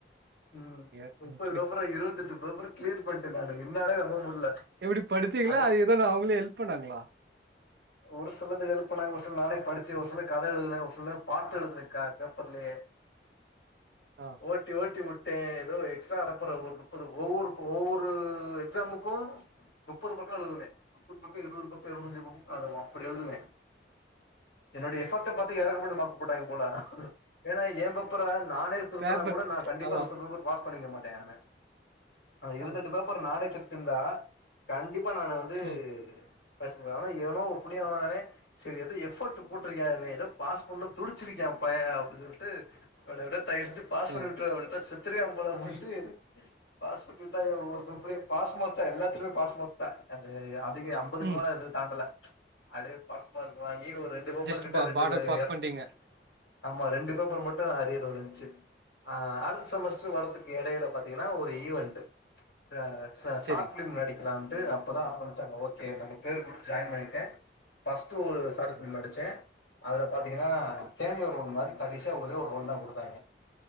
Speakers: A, on the left; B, on the right.
A: உம்
B: எ
A: முப்பது
B: எப்டி
A: பேப்பரு இருபத்தெட்டு பேப்பரு கிளியர் பண்ட்டே நானு என்னாலே நம்ப முடில
B: எப்டி படிச்சீங்களா
A: அட
B: அது எதாது அவுங்களே ஹெல்ப் பண்ணாங்களா
A: ஒரு சிலது எல்ப் பண்ணாங்க ஒரு சில நானே படிச்சி ஒரு சில கத எழுதுன ஒரு சில பாட்டு எழுதுன க பேப்பர்லயே
B: ஆ
A: ஓட்டி ஓட்டி உட்டே ஏதோ எக்ஸ்ட்ரா ஒரு நுப்பது ஒவ்வொரு ஒவ்வொரு எக்ஸாமுக்கு நுப்பது பக்கொ எழுதுவே முப்பது பக்கொ இருவது பக்கொ இருவத்தஞ்சு பக் அதுல அப்டி எழுதுவே என்னோடைய எஃபக்ட்ட பாத்து எறக்கப்பட்டு மா போட்டாய்ங்க போல ஏன்னா ஏ பேப்பர நானே திருத்துனாக்
B: பேப்பர்
A: கூட நா கண்டிப்பா
B: ஆமா
A: முப்பது பேப்பர் பாஸ் பண்ணிக்க மாட்டே நானு அந்த இருவத்தெட்டு
B: ஆமா
A: பேப்பர் நானே திருத் ருந்தா கண் டிப்பா நானு வந்து
B: ம்
A: <unintelligible> எவனோ ஒரு புண்ணியவானே செரி எது எஃபோர்ட் போட்ருக்கானே ஏதோ பாஸ் பண்ண துடிச்சிருக் க்யா பைய அப்டின் சொல்ட்டு இவன எப்டியோ தயவ்செஞ்சி பாஸ் பண்ணி
B: ஆ
A: விட்ரு அவவிட்டா செத்துருவே <unintelligible> பாஸ் பண்ணி உட்டாய்ங்க ஒவ்வொரு பேப்பரையு பாஸ் மார்க்தா எல்லாத்துலமே பாஸ் மார்க்தா அந்த அ துக்கு அம்பதுக்கு
B: ம்
A: மேல எதுவு ல அப்டியே பாஸ் மார்க் வாங் கி ஒரு ரெண்டு பேப்பர்
B: ஜஸ்ட்
A: கிட்ட
B: பா
A: ரெண்டு
B: பார்டர்
A: <unintelligible>
B: பாஸ் பண்ட்டீங்க
A: ஆமா ரெண்டு பேப்பர் மட்டு அரியர் தோணுச்சி ஆ அடுத்த செமஸ்டர் வர்றதுக்கு எடையில பாத்தீங்கன்னா ஒரு ஈவென்ட்டு ர ச ஷார்ட்
B: செரி
A: ஃப்லிம் நடிக்கலாம் ட்டு அப்பதா ஆரம்பிச்சாங்க ஓகே நம்ம பேர் குடுத் ஜாயின் பண்ணிட்டே ஃபஸ்ட் டு ஒரு ஷாட்
B: செரி
A: ஃபிலிம் நடிச்சே அதுல பாத்தீங்கன்னா
B: ஓகே
A: கேமியோ ரோல் மாரி கடசியா ஒரே ஒரு ரோல்தா குடுத்தாய்ங்க